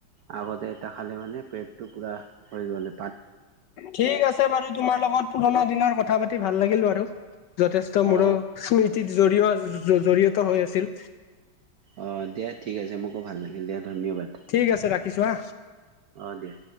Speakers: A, on the right; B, on the left.
A: আগতে এটা খালে মানে পেটটো পুৰা হৈ গ'লে।
B: ঠিক আছে বাৰু তোমাৰ লগত পুৰণা দিনৰ কথা পাতি ভাল লাগিল বাৰু যথেষ্ট মোৰ
A: অ
B: ও, স্মৃতিৰ জৰিয়-জৰিয়ত ত হৈ আছিল।
A: অ' দিয়া ঠিক আছে মোকো ভাল লাগিল দিয়া। ধন্যবাদ
B: ঠিক আছে, ৰাখিছো হা।
A: অ' দিয়া।